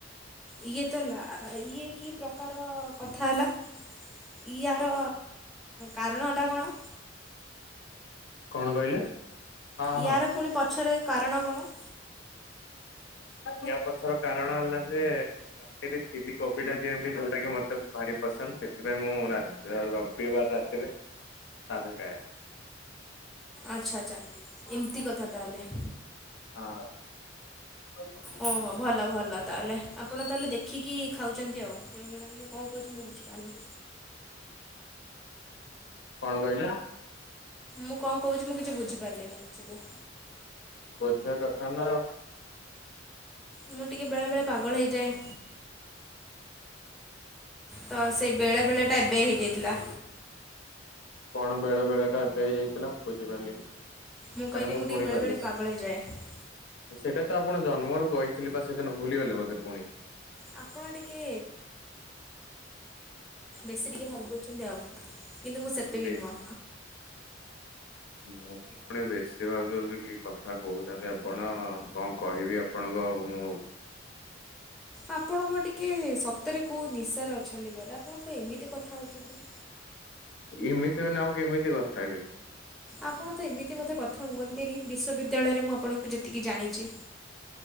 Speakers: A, in the centre; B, on the left.
A: ଇଏ ତ ଇଏ କି ପ୍ରକାର କଥା ହେଲା। ଇୟାର କାରଣଟା କଣ?
B: କଣ କହିଲେ? ହଁ
A: ୟାର
B: ହଁ।
A: ପୁଣି ପଛରେ କାରଣ କଣ?
B: ୟା ପଛର କାରଣ ହେଲା ଯେ ରାତିରେ ଚିଲି କୋବିଟା ଦିଅନ୍ତି ଯୋଉଟାକି ମୋତେ ଭାରି ପସନ୍ଦ ସେଥିପାଇଁ ମୁଁ ରବିବାର ରାତିରେ ସାଧା ଖାଏ।
A: ଆଛା ଆଛା ଏମିତି କଥା ତାହେଲେ।
B: ହଁ।
A: ଓହୋ ଭଲ ଭଲ ତାହେଲେ ଆପଣ ତାହେଲେ ଦେଖିକି ଖାଉଛନ୍ତି ଆଉ ମୁଁ କଣ କହୁଛି ମୁଁ ବୁଝିପାରୁନି
B: କଣ କହିଲ?
A: ମୁଁ କଣ କହୁଛି ମୁଁ କିଛି ବୁଝିପାରିଲିନି ଆକ୍ଚୁଲି
B: ବୁଝିବା କଥା ନା
A: ମୁଁ ଟିକେ ବେଳେ ବେଳେ ପାଗଳ ହେଇଯାଏ ତ ସେଇ ବେଳେ ବେଳେ ଟା ଏବେ ହେଇଯାଇଥିଲା
B: କଣ ବେଳେ ବେଳେ ଟା ଏବେ ହେଇ ଯାଇଥିଲା ବୁଝିପାରିଲିନି
A: ମୁଁ କହିଲି
B: ମାନେ
A: ମୁଁ
B: ଶୁଣି
A: ଟିକେ ବେଳେବେଳେ
B: ପାରିଲିନି
A: ପାଗଳ ହୋଇଯାଏ।
B: ସେଇଟା ତ ଆପଣ ଜନ୍ମରୁ କହିଥିଲେ ବା ସେଦିନ ଭୁଲିଗଲେ ବୋଧେ ପୁଣି
A: ଆପଣ ଟିକେ ବେଶୀ ଟିକେ ଭାବିଦଉଛନ୍ତି ଆଉ କିନ୍ତୁ ମୁଁ ସେତେ
B: ବେଶ
A: ବିି ନୁହଁ।
B: <unintelligible> ମୁଁ ପୁଣି ବେଶୀ ଭାବି ଦଉଛି କି କଥା କହୁଛନ୍ତି ଆପଣ କଣ କହିବି ଆପଣଙ୍କୁ ଆଉ ମୁଁ
A: ଆପଣଙ୍କ ଟିକେ ସତରେ କେଉଁ ନିଶାରେ ଅଛନ୍ତି ବଧେ ଆପଣଙ୍କ ଏମିତି କଥା ହେଉଛନ୍ତି
B: ଏମିତି ମାନେ ଆଉ କେମିତି କଥା ହେବି
A: ଆପଣ ତ ଏମିତି ମଧ୍ୟ କଥା ହୁଅନ୍ତିନି ବିଶ୍ୱବିଦ୍ୟାଳୟରେ ମୁଁ ଆପଣଙ୍କୁ ଯେତିକି ଜାଣିଛି।